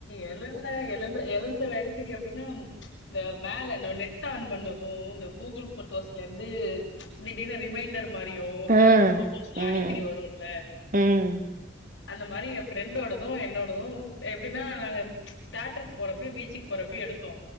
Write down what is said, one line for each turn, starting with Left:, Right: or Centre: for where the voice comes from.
Left: எழுந்த எழுந்த எழுந்த வேகத்துக்கு எப்டின்னா இந்த மேல நம்ம நெட் நெட் ஆன் பண்ணப்போ இந்த கூகுள் போட்டோஸ்லெந்து திடீர்னு ரிமைண்டர் மாரியு
Right: ஆ
Left: சும்மா போட்டோஸ் எல்லா
Right: ம்
Left: அடிக்கடி வரும்ல
Right: ம்
Left: அந்த மாரி ய ஃப்ரெண்டோடது என்னோடது எப்டின்னா நாங்க தேட்டருக்கு போறப்பயு பீச்சுக்கு போறப்பயு எடுத்தோ